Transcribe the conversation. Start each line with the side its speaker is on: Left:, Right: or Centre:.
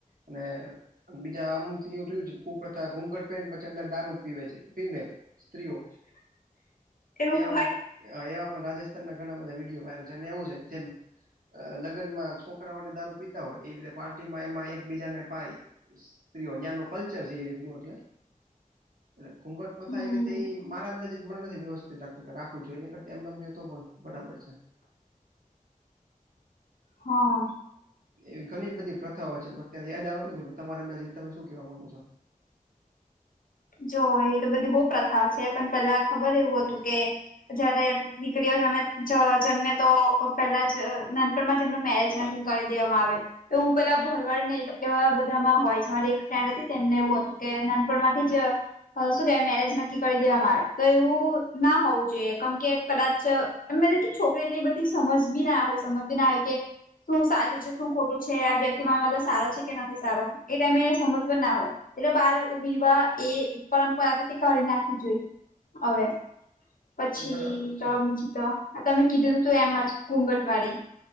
Right: અને બીજા અમુક એવું થ્યું છે કુપ્રથા ઘૂંઘટ પેરીન પછી અંદર દારૂ પીવે છે ફિમેલ. સ્ત્રીઓ.
Left: એવું
Right: એ આપણ
Left: હોય
Right: અયા પણ રાજસ્થાનના ઘણા બધા વિડીયો વાયરલ છે. એને એવું છે. જેમ લગનમાં છોકરાઓને દારૂ પીતા હોય એ રીતે પાર્ટીમાં એમાં એક બીજાને પાય સ્ત્રીઓ. ન્યાનું કલ્ચર છે એ રીતનું એ એટલે ઘૂંઘટ પ્રથા
Left: હમ
Right: એ રીતે ઈ મારા અંદાજીત મને નથી વ્યવસ્થિત લાગતું કે રાખવું જોએ. નહીકર એમનેમ રે તો પણ બરાબર છે.
Left: હા.
Right: એવી ઘણી બધી પ્રથાઓ છે પણ અત્યારે યાદ આવ્યું નથી પણ તમારે અંદાજીત તમે શું કેવા માંગો છો?
Left: જો એ તો બધી બોઉ પ્રથા છે પણ પેલા ખબર એવું હતું કે જયારે દીકરીઓ જમે-જ-જ-જન્મે તો પેલા જ અ નાનપણમાં જ એમનો મેરેજ નકી કરી દેવામાં આવે. એવું પેલા ભરવાડને એ લોક એવા બધામાં હોય છે. મારી એક ફ્રેન્ડ હતી તેમને એવું હતું કે નાનપણમાંથી જ અ અ શું કે મેરેજ નક્કી કરી દેવા મારે તો એવું ના હોવું જોઈએ કેમ કે કદાચ એમ મને છોકરી એટલી બધી સમજ બી ના હોય સમજ બી ના હોય કે શું સાચું છે, શું ખોટું છે, આ વ્યક્તિ મારી માટે સારો છે, કે નથી સારો એ ટાઈમે એ સમજ પણ ના હોય એટલે બાળ વિવાહ એ પરંપરાથી કાઢી નાખવી જોઈ અવે પછી
Right: બરાબર
Left: તો
Right: છે
Left: બીજુ તો તમે કીધું તું તું એમ જ ઘૂઘટ વાળી